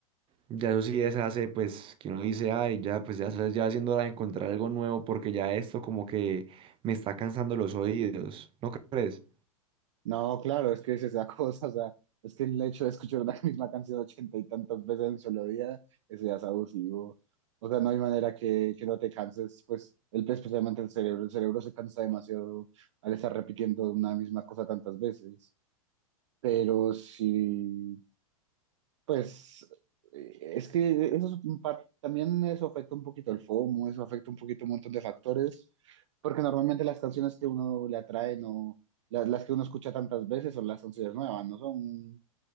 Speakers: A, on the right; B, on the right.
A: ya eso sí se hace, pues, que uno dice, ay, ya, pues ya, se- ya haciendo hora de encontrar algo nuevo porque ya esto como que me está cansando los oídos, ¿no crees?
B: No, claro, es que es esa <laughs> cosa, o sea, es que el hecho de escuchar la <laughs> misma canción ochenta y tantas veces en un solo día, eso ya es abusivo. O sea, no hay manera que, que no te canses, pues, el, especialmente el cerebro, el cerebro se cansa demasiado al estar repitiendo una misma cosa tantas veces. Pero sí, pues eh, es que eso es un par- también eso afecta un poquito el FOMO, eso afecta un poquito un montón de factores, porque normalmente las canciones que uno le atrae, no las, las que uno escucha tantas veces son las canciones nuevas, no son,